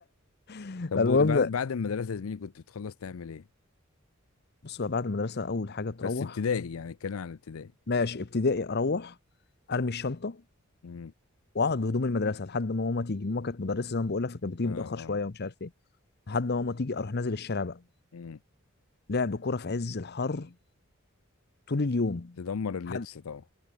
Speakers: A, on the left; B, on the left.
A: <laughs>
B: طب
A: فالمهم
B: بعد بعد المدرسه يا زميلي كنت بتخلص تعمل ايه
A: بص بقى بعد المدرسة أول حاجة تروح
B: بس ابتدائي يعني اتكلم عن ابتدائي
A: ماشي ابتدائي أروح أرمي الشنطة
B: امم
A: وأقعد بهدوم المدرسة لحد ما ماما تيجي ماما كانت مدرسة زي ما بقول لك فكانت بتيجي
B: اه
A: متأخر شوية
B: اه
A: ومش عارف إيه لحد ما ماما تيجي أروح نازل الشارع بقى
B: امم
A: لعب كورة في عز الحر طول اليوم
B: تدمر اللبس
A: لحد
B: طبعا